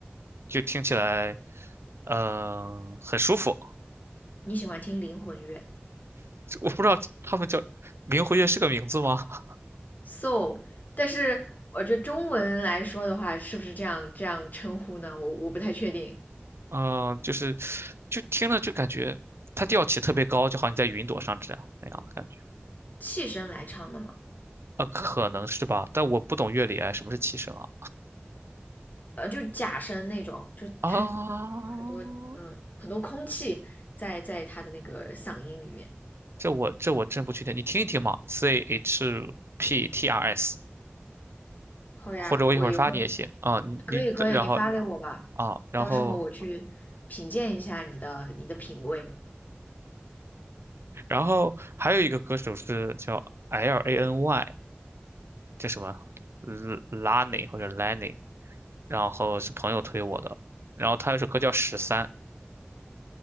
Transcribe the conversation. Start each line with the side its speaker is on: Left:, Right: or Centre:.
Right: 就听起来呃很舒服。
Left: 你喜欢听灵魂乐？
Right: 我不知道他们叫灵活乐是个名字吗？<laughs>
Left: so，但是我觉得中文来说的话，是不是这样这样称呼呢？我我不太确定，
Right: 嗯、就是就听了就感觉它调起特别高，就好像你在云朵上这样那样的感觉。
Left: 气声来唱的嘛，
Right: 啊，可能是吧，但我不懂乐理，哎，什么是七声啊？
Left: 呃，就假声那种，就他
Right: 啊，
Left: 很多嗯很多空气在在他的那个嗓音里面。
Right: 这我这我真不确定，你听一听嘛，C H P T R S，
Left: 好呀，
Right: 或者我一会儿发你也行啊，
Left: 我一会儿
Right: 你你然后
Left: 可以可以，你发给我吧，
Right: 啊，然后
Left: 到时候我去品鉴一下你的你的品味。
Right: 然后还有一个歌手是叫 L A N Y，叫什么 L- Lany 或者 Lany，然后是朋友推我的，然后他有首歌叫《十三》，